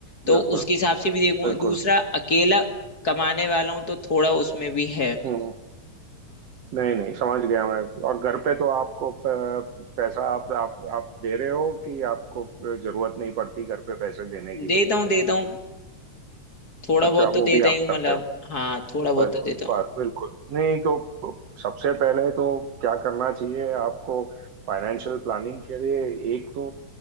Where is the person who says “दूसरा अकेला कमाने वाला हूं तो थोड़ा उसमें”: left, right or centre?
Left